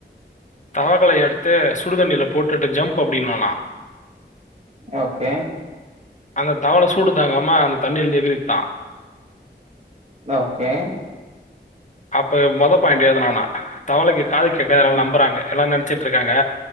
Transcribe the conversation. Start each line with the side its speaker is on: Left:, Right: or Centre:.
Left: தவகளைய எடுத்து சுடுதண்ணியில போட்டுட்டு ஜம்ப் அப்டினானா
Right: ஓகே
Left: அந்த தவள சூடு தாங்காம அந்த தண்ணில இருந்து எகிரிர் தா
Right: ஓகே
Left: அப்ப மொதோ பாயிண்ட் எழுதுனானா தவளைக்கு காது கேட்காதுனு எல்லாரு
Right: ம்
Left: நம்புறாங்க எல்லார் நென சிட்டுருக்காங்க